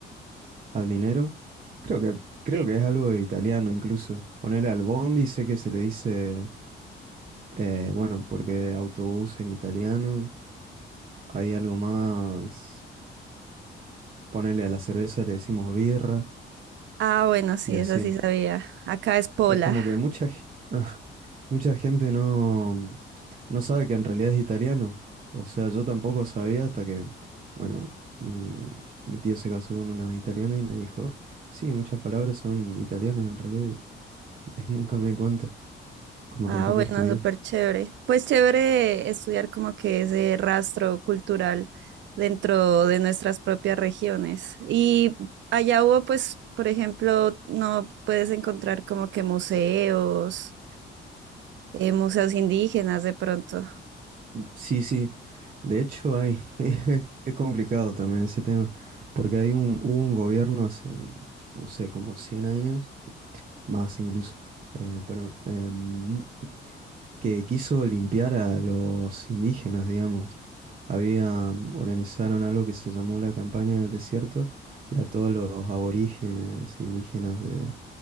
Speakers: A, on the right (about 45°); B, on the right (about 70°).
A: Al dinero. Creo que, creo
B: Sí.
A: que es algo de italiano incluso. Ponerle al bondi, sé que se le dice, eh, bueno, porque autobús en italiano. Hay algo más, ponerle a la cerveza le decimos birra
B: Ah, bueno, sí,
A: y así.
B: esa sí sabía. Acá es Pola.
A: Es como que mucha, ge- <laughs> Mucha gente no, no sabe que en realidad es italiano. O sea, yo tampoco sabía hasta que, bueno, mi, mi tío se casó con una italiana y me dijo, sí, muchas palabras son italianas en realidad. <laughs> y nunca me di cuenta, como
B: Ah,
A: tampoco
B: bueno,
A: estudié.
B: súper chévere. Pues chévere estudiar como que ese rastro cultural dentro de nuestras propias regiones. Y allá hubo, pues, por ejemplo, no puedes encontrar como que museos, eh, museos indígenas de pronto.
A: Sí, sí. De hecho, hay, <laughs> es, es complicado también ese tema, porque hay un, hubo un gobierno hace, no sé, como 100 años, más incluso, eh, perdón, em, que quiso limpiar a los indígenas, digamos. Había, mm, organizaron algo que se llamó la campaña del desierto y a todos los aborígenes indígenas de-